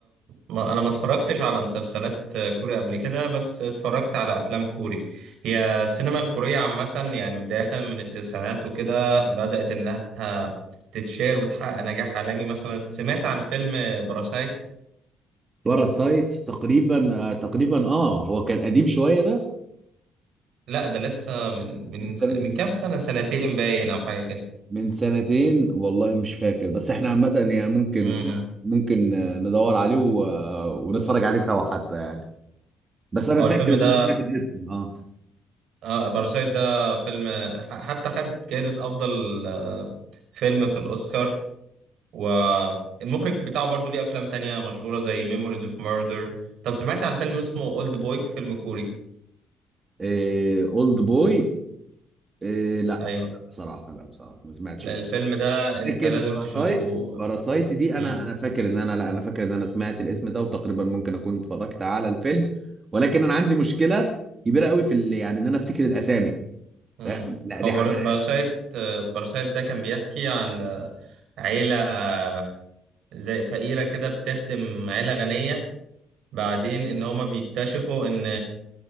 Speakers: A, on the right (about 80°); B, on the right (about 35°).
A: ما انا ما اتفرجتش على مسلسلات كوري قبل كده بس اتفرجت على افلام كوري هي السينما الكورية عامة يعني بداية من التسعينات وكده بدأت انها تتشير وتحقق نجاح عالمي مثلا سمعت عن فيلم باراسايت
B: باراسايت تقريبا آه، تقريبا اه هو كان قديم شوية
A: لا ده لسه من من
B: ده
A: من كام سنة سنتين باين او حاجة كده
B: من سنتين والله مش فاكر بس احنا عامة يعني ممكن
A: امم
B: ممكن ندور عليه و... ونتفرج عليه سوا حتى يعني بس انا
A: هو
B: فاكر
A: الفيلم
B: ان
A: ده
B: انا سمعت الاسم اه
A: اه باراسايت ده فيلم ح- حتى خد جائزة افضل آه، فيلم في الاوسكار والمخرج بتاعه برضو ليه افلام تانية مشهورة زي ميموريز اوف ميردر طب سمعت عن فيلم اسمه اولد بوي فيلم كوري
B: إيه، اولد بوي إيه، لا
A: ايوه
B: بصراحة لا بصراحة ما سمعتش
A: لا الفيلم ده انت
B: لكن
A: لازم
B: باراسايت
A: تشوفه
B: باراسايت دي
A: مم.
B: انا انا فاكر ان انا لا انا فاكر ان انا سمعت الاسم ده وتقريبا ممكن اكون اتفرجت على الفيلم ولكن انا عندي مشكلة كبيرة قوي في ال... يعني ان انا افتكر الاسامي
A: مم.
B: فاهم؟ لا دي
A: هو بر...
B: حاجة
A: باراسايت باراسايت ده كان بيحكي عن آه، عيلة آه، زي فقيرة كده بتخدم عيلة غنية بعدين ان هما بيكتشفوا ان